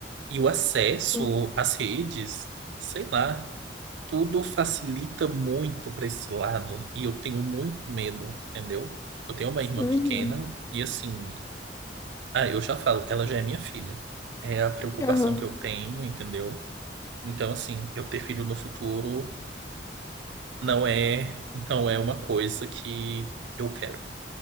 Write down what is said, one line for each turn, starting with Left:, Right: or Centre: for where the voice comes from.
Right: E o acesso
Left: Sim,
Right: às redes, sei lá. tudo facilita muito para esse lado e eu tenho muito medo, entendeu? Eu tenho uma irmã
Left: uhum,
Right: pequena e assim, ah, eu já falo, ela já é minha filha. É a preocupação
Left: aham.
Right: que eu tenho, entendeu? Então assim, eu ter filho no futuro não é não é uma coisa que eu quero.